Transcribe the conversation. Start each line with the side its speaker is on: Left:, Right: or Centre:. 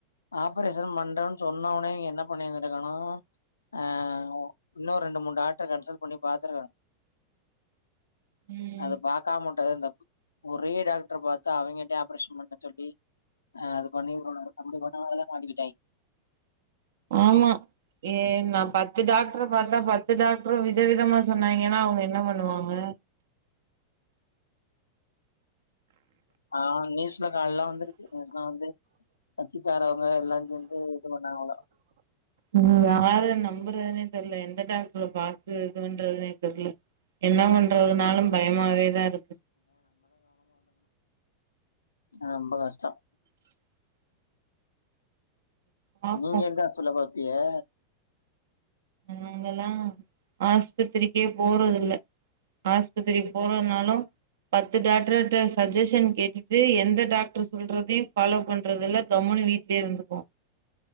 Left: ஆபரேஷன் பண்றுரென் சொன்ன உனே இங்க என்ன பண்ணிருந்திருக்கானும் ஆஹ இன்னொரு ரெண்டு மூணு டாக்டர் கன்சல்ட் பண்ணி பாத்துருக்கணும்
Right: ம்
Left: அது பாக்க மா முட்டது தப்பு ஒரே டாக்டர் பார்த்தா அவங்க கிட்ட ஆபரேஷன் பண்ண சொல்லி அஹ அது பண்ணி அப்படி பண்ணங்களதான் மாட்டிக்கிட்டேன்
Right: ஆமா ஏன் நான் பாத்து பத்து டாக்டர் பாத்தா பத்து டாக்டரும் வித விதமா சொன்னாங்கன்னா அவங்க என்ன பண்ணுவாங்க
Left: ஆஹ நியூஸ்ல கால வந்துருச்சு நியூலாம் வந்து கச்சிக்காரவங்க எல்லாம் சேர்ந்து இது பண்ணாங்கள
Right: ம், யார நம்புறதுனே தெரியல எந்த டாக்டர பார்த்த இதுன்றதுனே தெரியல என்ன பண்றதுனாலும் பயமாவே தான் இருக்கு
Left: ஆஹ ரொம்ப கஷ்டம்
Right: <inaudible> பாப்போம்
Left: நீங்க எந்த ஆஸ்பத்திரில்லா பாத்தி ஏ
Right: நாங்கல்லாம் ஆஹஸ்பத்திரிக்கே போறது இல்ல ஆஸ்பத்திரி போறதுனாலும் பத்து டாக்டர்ட்ட சஜஷன் கேட்டுட்டு எந்த டாக்டர் சொல்றதையும் ஃபாலோ பண்றது இல்ல கம்முனி வீடலயே இருந்துக்கும்